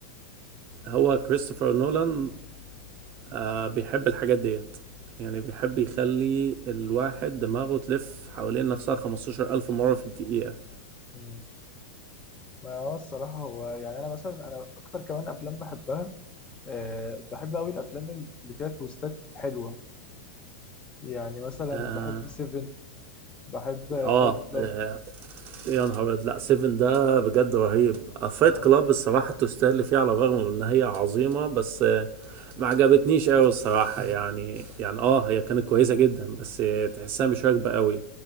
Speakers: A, on the right (about 40°); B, on the left (about 20°).
A: هو كريستوفر نولان آه بيحب الحاجات ديت يعني بيحب يخلي الواحد دماغه تلف حوالين نفسها 15000 مرة في الدقيقة
B: مم. ما هو الصراحة هو يعني أنا مثلا أنا أكتر كمان أفلام بحبها أه بحب أوي الأفلام اللي فيها تويستات حلوة يعني مثلا
A: آه,
B: بحب سيفن بحب
A: آه,
B: فايت كلاب
A: آه يا نهار أبيض، لأ سيفن ده بجد رهيب
B: أه
A: فايت
B: أه
A: كلاب الصراحة تستاهل اللي فيه على الرغم من إن هي عظيمة بس آه ما عجبتنيش أوي الصراحة يعني يعني آه هي كانت كويسة جدا بس آه، تحسها مش راكبة أوي